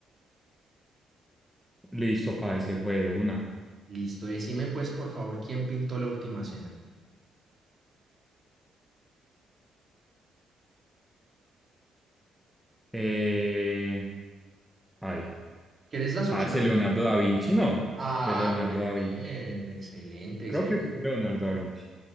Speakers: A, in the centre; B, on the right.
A: Listo, parce, se fue de una.
B: Listo, decime pues por favor quién pintó la última cena.
A: Eh, ay,
B: ¿Querés las
A: parce,
B: opciones?
A: Leonardo da Vinci, no,
B: Ah,
A: fue Leonardo
B: muy
A: da Vinci.
B: bien, excelente, excelente.
A: Creo que fue Leonardo da Vinci.